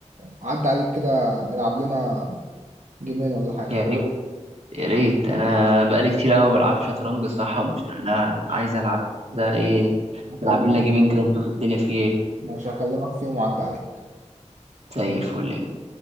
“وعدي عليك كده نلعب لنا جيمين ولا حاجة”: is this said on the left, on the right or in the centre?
Right